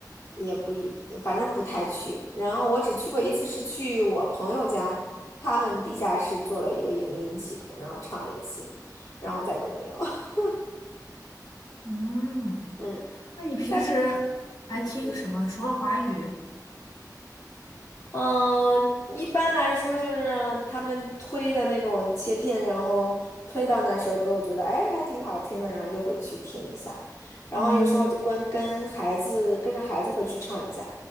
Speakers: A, on the left; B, on the left.
A: 也不一，反正不太去。然后我只去过一次，是去我朋友家，他们地下室做了一个影音系统，然后唱了一次，然后再都没有。<laughs>
B: 嗯，
A: 嗯，
B: 那你平时还听什么？
A: 在嗯，你说。
B: 除了华语，
A: 嗯，一般来说就是他们推的那种切片，然后推到哪首歌，我觉得哎还挺好听的，然后就会去听一下。然后有时候我就跟跟孩子跟着孩子会去唱一下。
B: 嗯，